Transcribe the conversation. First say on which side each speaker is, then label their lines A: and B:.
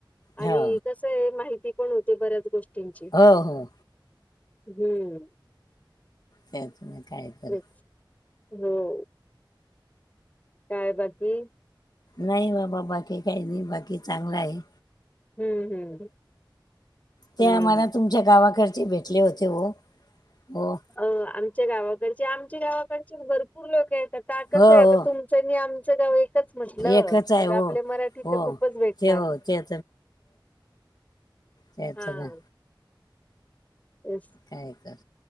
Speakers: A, on the left; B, on the left.
A: आणि
B: हो
A: कस आहे माहिती पण होते बऱ्याच गोष्टींची
B: हो हो
A: हम्म.
B: त्याचून काही कर
A: तेच हो. काय बाकी?
B: नाही बाबा बाकी काही नाही बाकी चांगला आहे.
A: हम्म हम्म
B: त्या
A: हम्म
B: आम्हाला तुमच्या गावाकडचे भेटले होते हो हो.
A: अ आमच्या गावाकडचे आमच्या गावाकडचे भरपूर लोक आहेत आता कसं
B: हो
A: आहे आता
B: हो
A: तुम त्यांनी आमच गाव एक म्हटलं
B: एकच आहे
A: तर
B: हो
A: आपल्या मराठी
B: हो
A: तर खूपच भेटणार.
B: ते हो ते त्यांचं
A: हा
B: धन.
A: तेच.
B: काय तर.